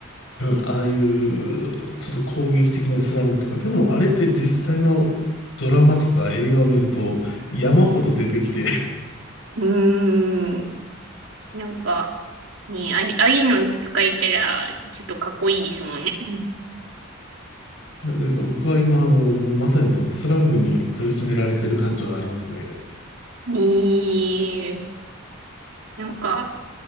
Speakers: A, on the left (about 70°); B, on the right (about 85°).
A: うん、ああいうちょっと攻撃的なスラングとか、でもあれって実際のドラマとか映画を見ると山ほど出てきて、<laughs>
B: うーん。なんか、ね、あれ、ああいうのに使えたら、ちょっとかっこいいですもんね。
A: だから僕は今、あの、もうまさにそのスラングに苦しめられてる感じはありますね。
B: ええなんか、